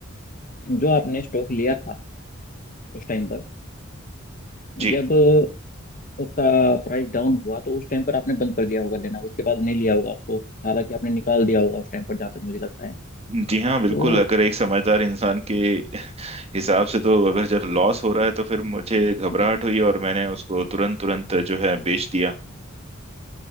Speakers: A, on the left; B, on the right.
A: जो आपने स्टॉक लिया था उस टाइम पर
B: जी
A: जब उसका प्राइस डाउन हुआ तो उस टाइम पर आपने बंद कर दिया होगा लेना उसके बाद नहीं लिया होगा आपको हालांकि आपने निकाल दिया होगा उस टाइम पर जहाँ तक मुझे लगता है
B: जी हाँ बिल्कुल
A: तो
B: अगर एक समझदार इंसान के <laughs> हिसाब से तो अगर जब लॉस हो रहा है तो फिर मुझे घबराहट
A: जी
B: हुई और मैंने उसको तुरंत तुरंत जो है बेच दिया